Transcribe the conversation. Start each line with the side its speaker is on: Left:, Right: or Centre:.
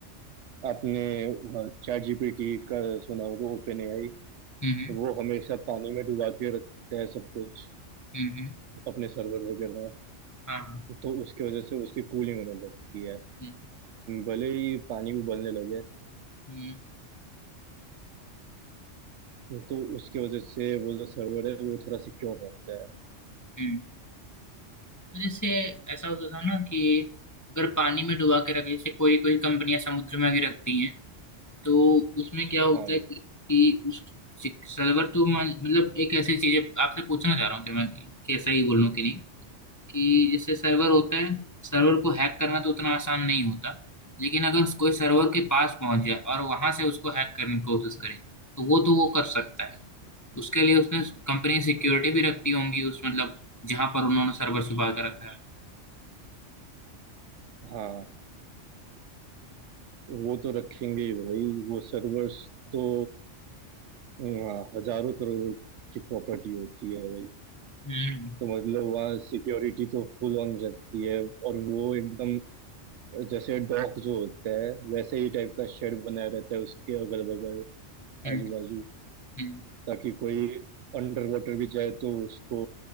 Right: आपने चैट जीपीटी का सुना होगा ओपन एआई
Left: हम्म
Right: वो हमेशा पानी में डुबा के रखता है सब कुछ
Left: हम्म हम्म, हम्म,
Right: अपने सर्वर वगैरह
Left: हाँ हाँ,
Right: तो उसके वजह से उसकी कूलिंग होने लगती है
Left: हम्म
Right: भले ही पानी उबलने लगे
Left: हम्म
Right: तो उसके वजह से वो जो सर्वर है वो थोड़ा सिक्योर रहता है
Left: हम्म। तो जैसे ऐसा होता था ना कि अगर पानी में डुबा के रखे जैसे कोई कोई कंपनियां समुद्र में आके रखती हैं तो उसमें क्या होता
Right: हाँ
Left: है
Right: मैं
Left: कि, कि उस सर्वर तो मान- मतलब एक ऐसी चीज है आपसे पूछना चाह रहा हूँ कि मैं कैसा ही बोल लूँ कि नहीं कि जैसे सर्वर होता है सर्वर को हैक करना तो उतना आसान नहीं होता लेकिन अगर कोई सर्वर के पास पहुंच जाए और वहां से उसको हैक करने की कोशिश करे तो वो तो वो कर सकता है उसके लिए उसने कंपनी सिक्योरिटी भी रखती होंगी उस मतलब जहां पर उन्होंने सर्वर छुपा के रखा है
Right: हाँ वो तो रखेंगे ही भाई वो सर्वर्स तो हाँ, हजारों करोड़ों की प्रॉपर्टी होती है भाई
Left: हम्म
Right: तो मतलब वहाँ सिक्योरिटी तो फुल ऑन रहती है और वो एकदम जैसे डॉक जो होता है वैसे ही टाइप का शेड बनाया रहता है उसके अगल बगल
Left: हम्म
Right: आजू बाजू
Left: हम्म
Right: ताकि कोई अंडर वाटर भी जाए तो उसको